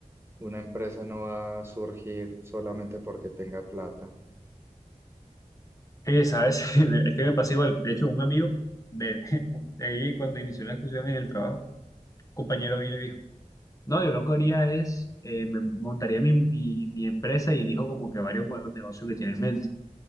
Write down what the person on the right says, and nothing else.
Una empresa no va a surgir solamente porque tenga plata.